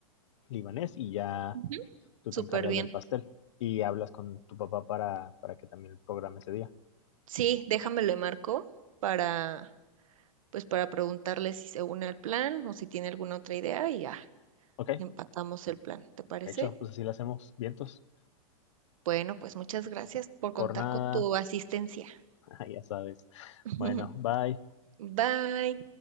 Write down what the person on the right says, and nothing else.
Ujú.
Súper
bien.
Sí, déjame le marco para, pues para preguntarle si se une al plan o si tiene alguna otra idea y ya
empatamos el plan, ¿te parece?
Bueno, pues muchas gracias por contar
con tu asistencia.
<laughs>
Bye.